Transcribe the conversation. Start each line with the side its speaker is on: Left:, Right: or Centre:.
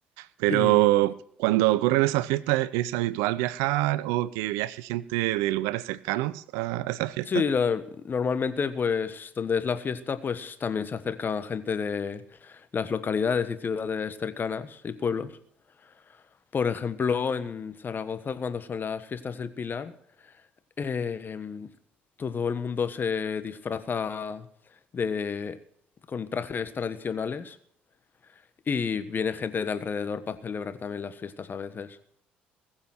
Right: Pero
Left: Y
Right: cuando ocurren esas fiestas, ¿es habitual viajar o que viaje gente de lugares cercanos a a esas fiestas?
Left: sí, la- normalmente pues donde es la fiesta pues también se acerca gente de las localidades y ciudades cercanas y pueblos. Por ejemplo, en Zaragoza cuando son las fiestas del Pilar, em, todo el mundo se disfraza de con trajes tradicionales y viene gente de alrededor para celebrar también las fiestas a veces.